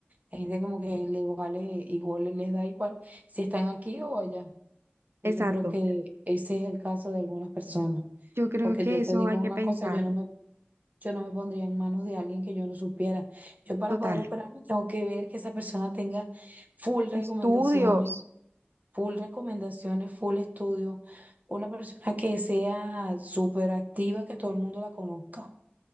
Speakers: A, on the right (about 40°); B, on the right (about 80°).
A: Hay gente como que le vale igual, les da igual si están aquí o allá. Entonces,
B: exacto.
A: Yo creo que ese es el caso de algunas personas.
B: Yo creo
A: Porque
B: que
A: yo
B: eso
A: te digo
B: hay que
A: una
B: pensarlo.
A: cosa, yo no me, yo no me pondría en manos de alguien que yo no supiera. Yo para
B: Total.
A: poder operarme tengo que ver que esa persona tenga full recomendaciones
B: Estudios,
A: full recomendaciones, full estudio, una persona que sea súper activa, que todo el mundo la conozca.